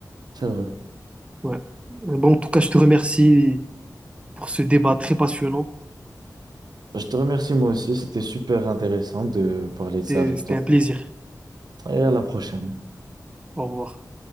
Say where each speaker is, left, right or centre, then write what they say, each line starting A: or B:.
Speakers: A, on the right; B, on the right.
A: c'est vrai.
B: Ouais. Bon, en tout cas, je te remercie pour ce débat très passionnant.
A: Je te remercie moi aussi, c'était super intéressant de parler de ça
B: C'était
A: avec
B: c'était
A: toi.
B: un plaisir.
A: Et à la prochaine.
B: Au revoir.